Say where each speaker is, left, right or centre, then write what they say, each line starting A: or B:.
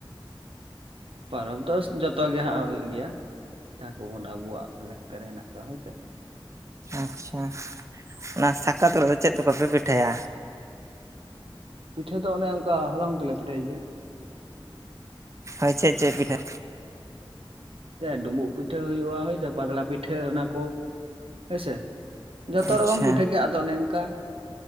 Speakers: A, on the right; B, on the right.
A: ᱯᱚᱨᱚᱵᱽ ᱫᱚ ᱡᱚᱛᱚ ᱜᱮ ᱦᱟᱸᱜ ᱦᱩᱭᱩᱜ ᱜᱮᱭᱟ ᱡᱟᱦᱟᱸ ᱠᱚᱵᱚᱱ ᱟᱵᱚᱣᱟᱜ ᱞᱟᱠᱛᱟᱨ ᱨᱮ ᱦᱮᱱᱟᱜ ᱠᱚᱣᱟ ᱦᱳᱭᱥᱮ
B: ᱟᱪᱪᱷᱟ ᱚᱱᱟ ᱥᱟᱠᱨᱟᱛ ᱫᱚ ᱪᱮᱫᱠᱟ ᱯᱮ ᱯᱤᱴᱷᱟᱹᱭᱟ
A: ᱯᱤᱴᱷᱟᱹ ᱫᱚ ᱚᱱᱮ ᱚᱱᱠᱟ ᱦᱚᱞᱚᱝ ᱛᱮᱞᱮ ᱯᱤᱴᱷᱟᱹᱭ ᱜᱮᱭᱟ
B: ᱦᱳᱭ ᱪᱮᱫ ᱪᱮᱫ ᱯᱤᱴᱷᱟᱹ
A: ᱦᱮᱸ ᱰᱩᱸᱵᱩᱜ ᱯᱤᱴᱷᱟᱹ ᱦᱩᱭᱩᱜᱼᱟ ᱦᱳᱭᱥᱮ ᱯᱟᱛᱲᱟ ᱯᱤᱴᱷᱟᱹ ᱚᱱᱟ ᱠᱚ ᱦᱳᱭᱥᱮ ᱡᱚᱛᱚ
B: ᱟᱪᱪᱷᱟ
A: ᱨᱚᱠᱚᱢ ᱯᱤᱴᱷᱟᱹ ᱜᱮᱭᱟ ᱟᱫᱚ ᱚᱱᱮ ᱚᱝᱠᱟ